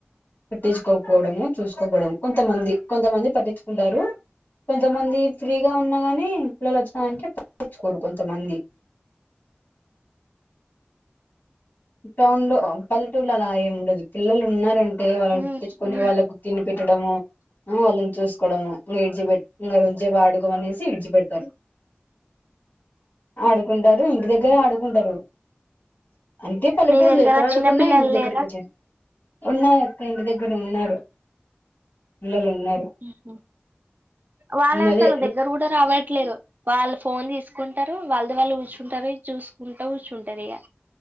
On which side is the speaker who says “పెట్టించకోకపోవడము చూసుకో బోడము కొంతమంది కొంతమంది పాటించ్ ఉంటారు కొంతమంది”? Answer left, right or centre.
Left